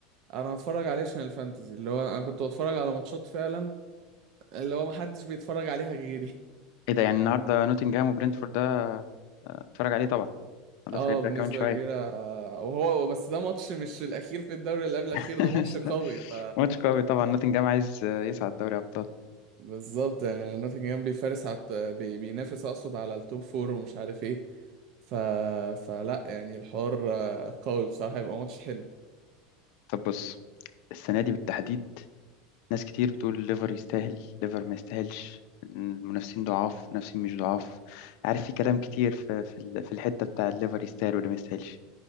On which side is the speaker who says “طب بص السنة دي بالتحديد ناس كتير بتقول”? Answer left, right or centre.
Left